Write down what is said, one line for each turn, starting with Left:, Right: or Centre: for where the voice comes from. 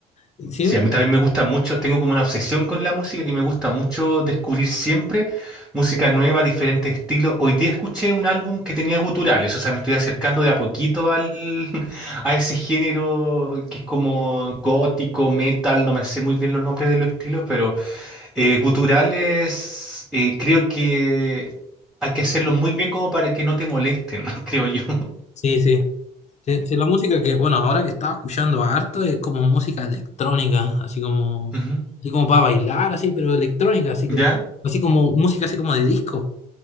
Left: Y Sí,
Centre: Sí,
Left: eh,
Centre: a mí también me gusta mucho, tengo como una obsesión con la música que me gusta mucho descubrir siempre música nueva, diferentes estilos. Hoy día escuché un álbum que tenía guturales, o sea, me estoy acercando de a poquito al, <laughs> a ese género que es como gótico, metal, no me sé muy bien los nombres de los estilos, pero eh, guturales eh, creo que hay que hacerlo muy bien como para que no te molesten, <laughs> creo yo.
Left: sí, sí. Sí, sí, la música que, bueno, ahora que estaba escuchando harto es como música electrónica, así como,
Centre: Ujú.
Left: así como para bailar, así, pero electrónica, así
Centre: ¿Ya?
Left: como, así como música así como de disco,